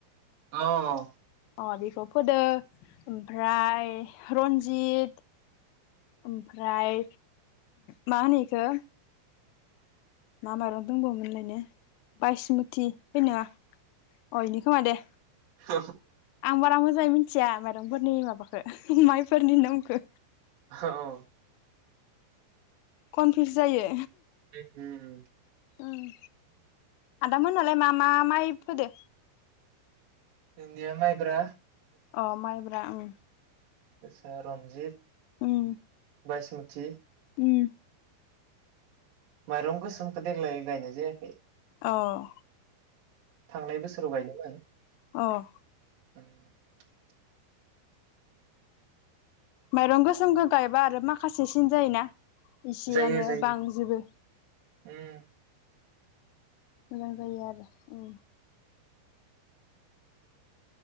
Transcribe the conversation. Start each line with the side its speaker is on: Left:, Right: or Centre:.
Right: औ
Left: अ बेखौ फोदो ओमफ्राय रन्जित ओमफ्राय मा होनो इखो मा माइरं दंबावोमोनलायनो बायसमुथि है नोंङा अ इनो खोमा दे
Right: अ
Left: आं बारा मोजाङै मिथिया मायरंफोरनि माबाखौ माइफोरनि नामखौ
Right: अ
Left: कनफिउस जायो
Right: <unintelligible>
Left: ओम आदा मोनालाय मा मा माइ फोदो
Right: बिदिनो माइब्रा
Left: अ माइब्रा ओम
Right: एसे रनजित
Left: उम
Right: बाइसमुथि
Left: उम
Right: माइरं गोसोमखौ देग्लाय गायनाय जायाखै
Left: अह
Right: थांनाय बोसोराव गायदोंमोन
Left: अह
Right: <inaudible>
Left: माइरं गोसोमखौ गायबा आरो माखासे सिन जायोना इसेयानो
Right: जायो जायो
Left: बांजोबो
Right: उम
Left: मोजां जायो आरो ओम